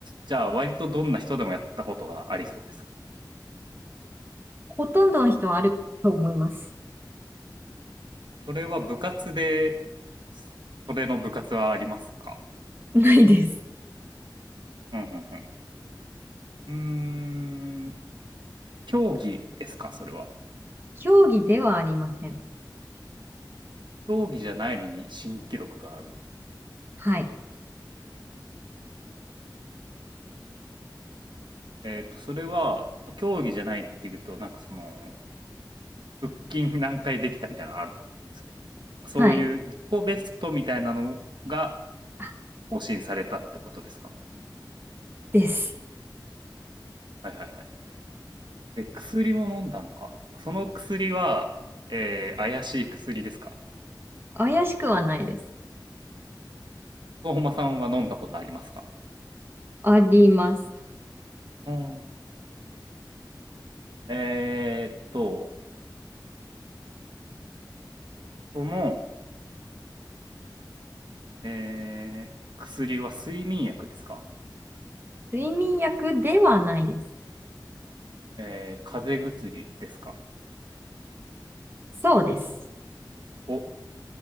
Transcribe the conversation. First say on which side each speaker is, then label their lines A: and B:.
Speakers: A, on the right; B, on the right.
A: じゃあ、割とどんな人でもやったことがありそうですか
B: ほとんどの人はあると思います。
A: それは部活で、それの部活はありますか
B: <laughs> ないです。
A: うんうんうん。うーん、競技ですか、それは。
B: 競技ではありません。
A: 競技じゃないのに新記録があるんだ。
B: はい。
A: えっと、それは、競技じゃないっていうと、なんかその、腹筋何回できたみたいなのあると思うんですけど、そういう自己ベストみたいなのが
B: はい。あ、
A: 更新されたってことですか
B: です。
A: はいはいはい。で、薬も飲んだのか。その薬は、えー、怪しい薬ですか
B: 怪しくはないです。
A: 相馬さんは飲んだことありますか
B: あります。
A: うん。えーっと、その、えー、薬は睡眠薬ですか
B: 睡眠薬ではないです。
A: えー、風邪薬ですか
B: そうです。
A: お、